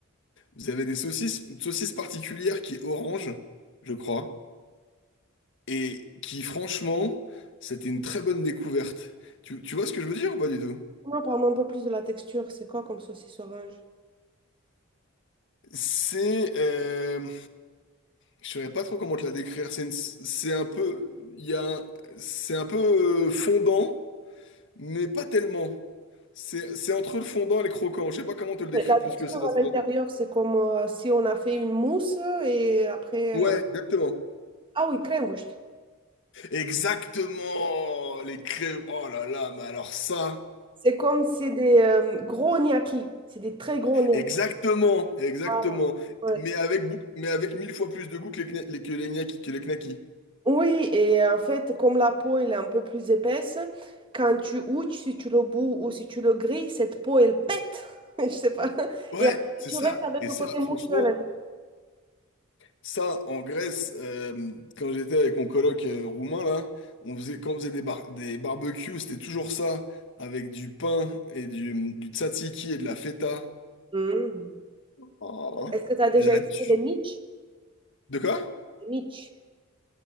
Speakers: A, on the left (about 60°); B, on the right (about 25°).
A: Vous avez des saucisses, une saucisse particulière qui est orange, je crois, et qui, franchement, c'était une très bonne découverte. Tu, tu vois ce que je veux dire ou pas du tout?
B: Non, parle-moi un peu plus de la texture. C'est quoi comme saucisse orange?
A: C'est, euh, je saurais pas trop comment te la décrire. C'est une- c'est un peu, il y a, un- c'est un peu euh, fondant, mais pas tellement. C'est, c'est entre le fondant et le croquant. Je sais pas comment te le décrire
B: Mais La
A: plus
B: texture
A: que ça.
B: à l'intérieur,
A: c'est-
B: c'est comme euh, si on a fait une mousse et après.
A: Ouais,
B: euh,
A: exactement.
B: Ah oui, Krenwurst.
A: Exactement. Les crèmes. Oh là là, mais alors ça.
B: C'est comme, c'est des euh, gros gnocchis. C'est des très gros gnocchis.
A: Exactement, exactement.
B: Voilà. Ouais.
A: Mais avec beaucoup, mais avec mille fois plus de goût que les, kna- les- que les gnaki- que les knackis.
B: Oui, et en fait, comme la peau elle est un peu plus épaisse, quand tu ouches, si tu le bous ou si tu le grilles, cette peau, elle pète. <laughs> Je sais pas.
A: Ouais,
B: Et après,
A: c'est
B: tu
A: ça.
B: restes avec
A: Et
B: le
A: ça,
B: côté mousseux
A: franchement.
B: à l'intérieur.
A: Ça, en Grèce, euh, quand j'étais avec mon coloc euh, roumain, là, on faisait, quand on faisait des, bar- des barbecues, c'était toujours ça, avec du pain et du, du tzatziki et de la feta.
B: Mm.
A: Oh,
B: Est-ce que tu as déjà
A: la
B: essayé
A: tu...
B: les mitch?
A: De quoi?
B: Les mitch.